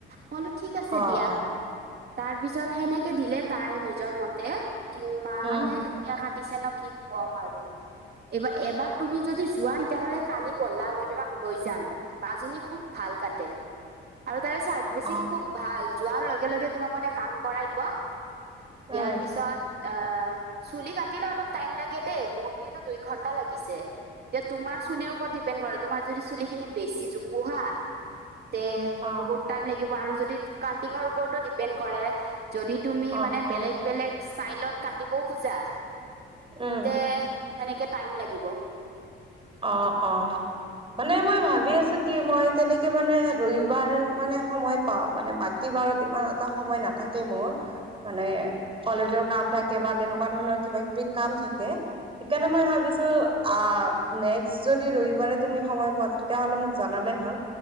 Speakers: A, on the right (about 55°); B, on the right (about 25°).
A: মই কলো ঠিক আছে
B: অ
A: দিয়া।
B: অ
A: তাৰ পিছত সেনেকে দিলে তাই নিজৰ মতে, ইমানে
B: উম
A: ধুনীয়া কাটি- কাতিছে ন কি ক'ম আৰু। এবাৰ এবাৰ তুমি যদি যোৱা তেতিয়াহলে কালি বলা, মই তোমাক লৈ যাম। বা জনি খুব ভাল কাটে। আৰু চাৰ্ভিচিং
B: অ
A: খুব ভাল। যোৱাৰ লগে লগে তোমাক মানে কাম কৰাই দিব।
B: উম
A: দিয়াৰ পিছত অ, চুলি কাটিলে অলপ টাইম লাগে দেই, মোৰতো কিন্তু দুই ঘন্টা লাগিছে। এতিয়া তোমাৰ চুলিৰ ওপৰত, দিপেণ্ড কৰে। তোমাৰ যদি চুলিখিনি বেছি জোপোহা তে
B: অ
A: বহুত টাইম লাগিব। আৰু যদি কাতিঙৰ ওপৰতো ডিপেণ্ড কৰে, যদি তুমি
B: অ
A: মানে
B: অ
A: বেলেগ বেলেগে - ষ্টাইলত কাটিবও খোজা,
B: উম
A: তে এনেক টাইম লাগিব।
B: অ অ। মানে মই ভাবি আছো কি মই তেনেকে মানে ৰবিবাৰ মানে সময় পাও। মানে বাকী বাৰত ইমান এটা সময় নাথাকে মোৰ। মানে কলেজৰ কাম থাকে বা তেনেকুৱা ধৰণৰ কিবা কিবি কাম থাকে। সেইকাৰণে মই ভাবিছো অ, নেক্স যদি ৰবিবাৰে তুমি সময় পোৱা, তেতিয়া হলে মোক জনালে হল।